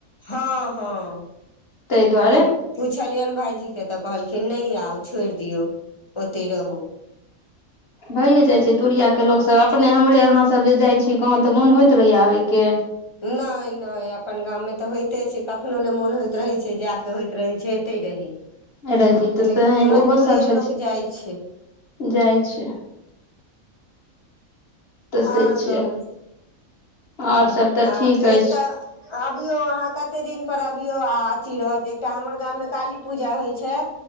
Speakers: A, on the left; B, on the left.
A: हँ हँ
B: ताहि दुआरे
A: फेर पुछलियनि भाइजी के तऽ कहलखिन नहि आउ छोड़ि दियौ ओते रहू
B: भैए जाइ छै तूरिया के लोकसभ अपने हमरे अहाँसभ जे जाइ छी गाँव तऽ मोन होइत रहैय आबयके
A: नहि नहि अपन गाममे तऽ होइते छै कखनो नहि मोन होइत रहैत छै जाय के होइत रहैत छै एते लेकिन
B: रही तऽ से
A: मजबूरी
B: ओहो सब छथि
A: लोक जाइ छै
B: जाइ छै तऽ से
A: आर
B: छैिय
A: कहू
B: आओर सभ तऽ
A: आ
B: ठीक
A: एक
B: अछि
A: तऽ अबियौ अहाँ कतेक दिन पर अबियौ आ अथी रहत एकटा हमर गाममे काली पूजा होइ छै